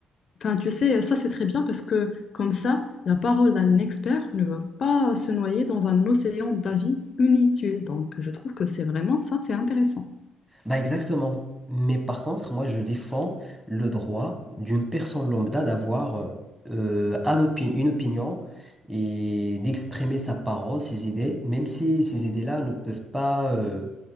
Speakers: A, on the left; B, in the centre.
A: enfin, tu sais, ça c'est très bien parce que comme ça, la parole d'un expert ne va pas se noyer dans un océan d'avis inutiles. Donc, je trouve que c'est vraiment ça, c'est intéressant.
B: Bah exactement. Mais par contre, moi, je défends le droit d'une personne lambda d'avoir euh, euh, un opi- une opinion et d'exprimer sa parole, ses idées, même si ces idées-là ne peuvent pas, euh,